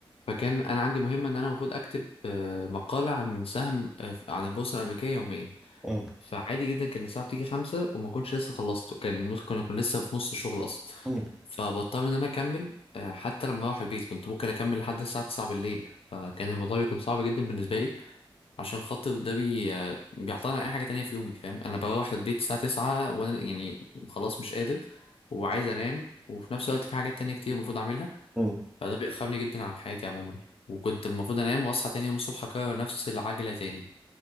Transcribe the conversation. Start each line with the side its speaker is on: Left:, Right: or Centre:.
Left: فكان أنا عندي مهمة إن أنا المفروض أكتب أه مقالة عن سهم أه عن البورصة الأمريكية يوميا
Centre: مم.
Left: فعادي جدا كان الساعة بتيجي خمسة وما كنتش لسه خلصته كان ممكن أكون لسه في نص الشغل أصلا
Centre: مم.
Left: فبضطر إن أنا أكمل آه، حتى لما أروح البيت كنت ممكن أكمل لحد الساعة تسعة بالليل فكان الموضوع بيكون صعب جدا بالنسبة لي عشان خاطر ده بي آه، بيعطلني على أي حاجة تانية في يومي فاهم أنا بروح البيت الساعة تسعة وأنا يعني خلاص مش قادر وعايز أنام وفي نفس الوقت في حاجات تانية كتير المفروض أعملها
Centre: مم.
Left: فده بيأخرني جدا عن حياتي عموما وكنت المفروض أنام وأصحى تاني يوم الصبح أكرر نفس العجلة تاني